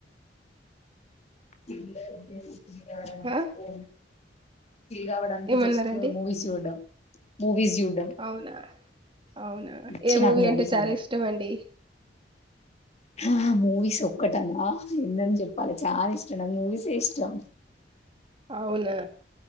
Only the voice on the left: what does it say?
ఇ అ
పో చిల్ కావడానికి
జస్ట్ మూవీస్ చూడం మూవీస్ చూడడం
పిచ్చి
నాకు
మూవీస్
ఆ మూవీస్ ఒక్కటా ఎన్నన్ని చెప్పాలి చాలా ఇష్టం నాక్ మూవీసే ఇష్టం